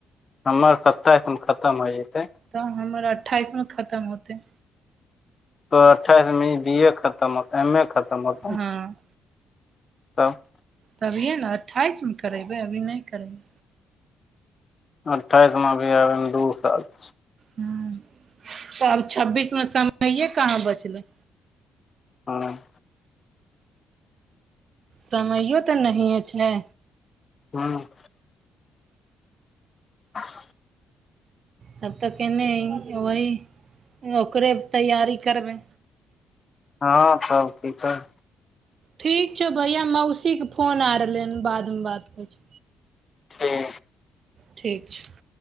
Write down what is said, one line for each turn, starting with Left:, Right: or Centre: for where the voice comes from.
Left: हमर सत्ताइस मऽ खतम होइ जेतै
Right: तऽ हमर अठाइस मऽ खतम होतै
Left: त अठाइस मे ई बी ए खतमत हो एम ए खतम होतौ
Right: हँ
Left: तब
Right: तभिए न अठ्ठाइस म करेबै अभी नइ करेबै
Left: अठाइस म अभी आबै म अभि दू साल छै
Right: हूँ तऽ साल छब्बीस मऽ समये कहाँ बचलै
Left: हँ
Right: समयो तऽ नहिए छै
Left: हँ <inaudible>
Right: तब तऽ केने वही ओकरे तैयरी करबै
Left: हँ सब ठीक हइ
Right: ठीक छै भैया मौसीके फोन आ रहलै हन बादमे बात करै छियो
Left: कर
Right: ठीक छै